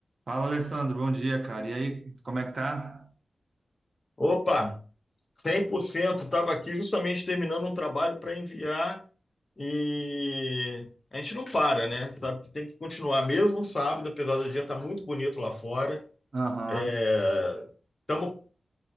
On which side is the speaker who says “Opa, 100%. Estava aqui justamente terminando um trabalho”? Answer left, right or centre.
Left